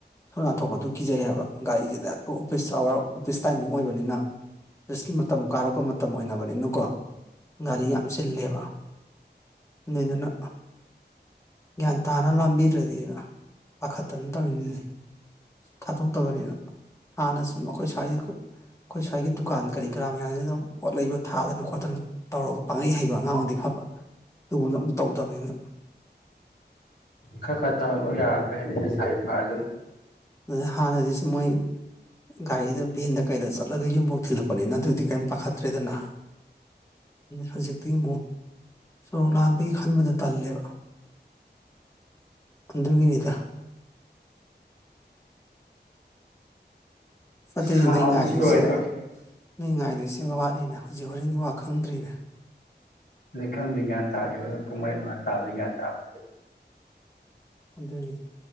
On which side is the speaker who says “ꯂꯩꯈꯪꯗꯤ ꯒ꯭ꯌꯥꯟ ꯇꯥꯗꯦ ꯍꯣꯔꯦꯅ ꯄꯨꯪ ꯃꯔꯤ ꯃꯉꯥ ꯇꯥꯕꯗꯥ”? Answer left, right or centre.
Left